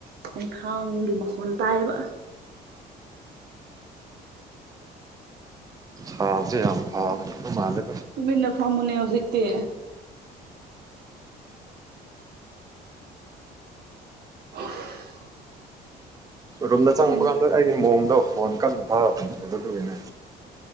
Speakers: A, on the right; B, on the right.
A: ꯈꯣꯡꯊꯥꯡꯒꯤ ꯃꯈꯣꯟ ꯇꯥꯏꯌꯦꯕ
B: ꯊꯥꯎꯖꯦ ꯌꯥꯝ ꯐꯕ <unintelligible> ꯃꯥꯜꯂꯦ
A: ꯇꯨꯃꯤꯟꯅ ꯐꯝꯃꯨꯅꯦ ꯍꯧꯖꯤꯛꯇꯤ <unintelligible>
B: ꯔꯨꯝꯗ ꯆꯪꯕ
A: ꯅꯪ
B: ꯀꯥꯟꯗ ꯑꯩꯒꯤ ꯃꯣꯟꯗꯣ ꯐꯣꯟ ꯀꯟꯅ ꯐꯥꯔꯛꯄꯅꯤ ꯑꯗꯨꯒꯤꯅꯦ